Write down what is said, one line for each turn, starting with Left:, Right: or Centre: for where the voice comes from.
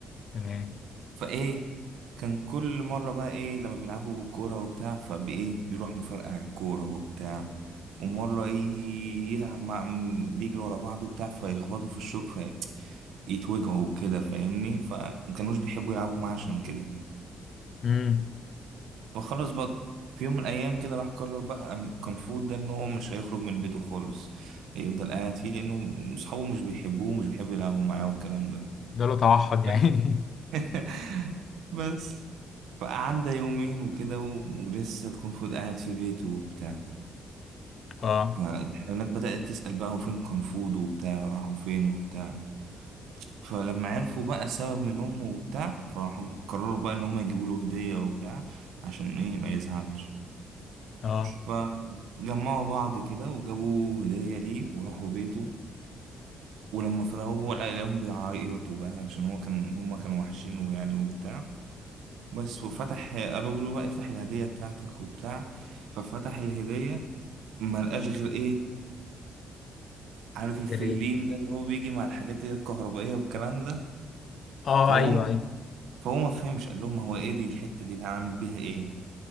Left: تمام
Right: فايه كان كل مرة بقى ايه لما بيلعبوا بالكورة وبتاع فبايه بيروح مفرقع على الكورة وبتاع ومرة يجي يلعب مع م- بيجري ورا بعض وبتاع فيخبطوا في الشوك فيتوجعوا وكده فاهمني فمكانوش بيحبوا يلعبوا معاه عشان كده
Left: امم
Right: فخلاص بقى في يوم من الأيام كده راح قرر بقى أن- كان فود ده إن هو مش هيخرج من بيته خالص هيفضل قاعد فيه لأنه أصحابه مش بيحبوه ومش بيحبوا يلعبوا معاه والكلام
Left: ده له توحد يعني
Right: ده <laughs> بس فقعدنا يومين وكده و- ولسه الكونغ فود قاعد في بيته وبتاع
Left: <laughs> اه
Right: فالحيوانات بدأت تسأل بقى هو فين كونغ فود وبتاع راحوا فين وبتاع فلما عرفوا بقى السبب من أمه وبتاع فراحوا قرروا بقى إن هما يجيبوا له هدية وبتاع عشان إيه ما يزعلش
Left: اه
Right: فجمعوا بعض كده وجابوا هدية ليه وراحوا بيته ولما فتحوه هو لقاهم بيعيطوا بقى عشان هو كان هما كانوا وحشينه يعني وبتاع بس وفتح ابو بيقول له بقى افتح الهديه بتاعتك وبتاع ففتح الهديه ما لقاش غير ايه عارف الفلين
Left: جري
Right: ده اللي هو بيجي مع الحاجات اللي هي الكهربائيه والكلام ده
Left: اه
Right: فهو
Left: ايوه ايوه
Right: فهو ما فهمش قال لهم هو ايه دي الحته دي اللي هنعمل بيها ايه